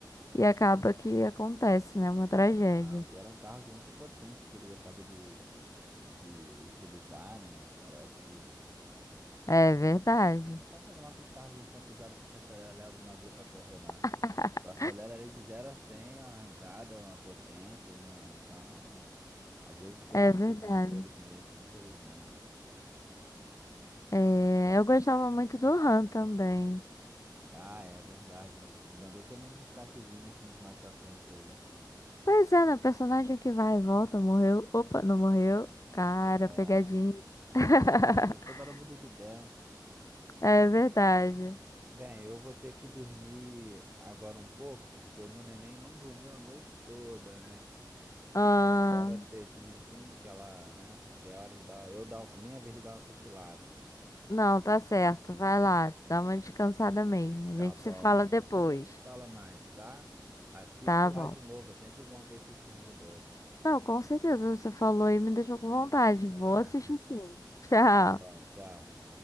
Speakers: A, on the left; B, on the right.
A: e acaba que acontece, né? Uma tragédia.
B: Não, e eram carros muito potentes que ele gostava de, de utilizar, né? Parece que esses
A: É
B: carros
A: verdade.
B: são muito, eles não são como nossos carros um ponto zero que a gente acelera, leva uma vida para correr, não.
A: <laughs>
B: Tu acelera ali de zero a 100 uma arrancada, uma potência, né? Então, às vezes perde
A: É verdade.
B: esse controle mesmo, infelizmente.
A: É, eu gostava muito do Han também.
B: Ah, é verdade. Ele andou tendo um destaquezinho nos filmes mais pra frente aí.
A: Pois é, né? Personagem que vai e volta, morreu. Opa, não morreu. Ah,
B: É,
A: era pegadinha.
B: que
A: <laughs>
B: doido, né? Ele toda hora muda de ideia.
A: É verdade.
B: Bem, eu vou ter que dormir agora um pouco, porque o meu neném não dormiu a noite toda, né?
A: Ah,
B: Aí agora cedinho assim, que ela, né? Que é hora de dar, eu dar, minha vez de dar uma cochilada.
A: não, tá certo.
B: É,
A: Vai lá, dá uma descansada mesmo. A
B: tá
A: gente
B: bom.
A: se fala depois.
B: Depois a gente se fala mais, tá? Assiste
A: Tá
B: lá
A: bom.
B: de novo, é sempre bom ver esses filmes de novo.
A: Não, com certeza você falou e me deixou com vontade.
B: É,
A: Vou assistir sim. <laughs> Tchau.
B: tá bom, tchau.